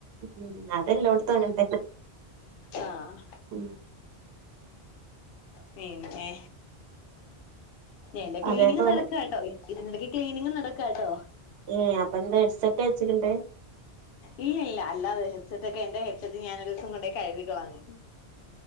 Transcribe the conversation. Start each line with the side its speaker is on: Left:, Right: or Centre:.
Right: ഉം അതല്ലാടുത്തും അങ്ങനെ തന്നെ
Left: ആഹ്
Right: ഉം
Left: പിന്നെ എന്റെ ക്ലീനിങ്
Right: അതേപോലെ
Left: നടക്കുക കേട്ടോ ഇതിനിടയ്ക്ക് ക്ലീനിങ് നടക്കുവാ കേട്ടോ
Right: ഏ അപ്പ എന്താ ഹെഡ്സെറ്റ് വെച്ചിട്ടുണ്ട്
Left: ഇല്ല ഇല്ല അല്ലാതെ എന്റെ ഹെട് സെറ്റ് ഞാനൊരു ദിവസം കൊണ്ട്‌ കഴകി കളഞ്ഞു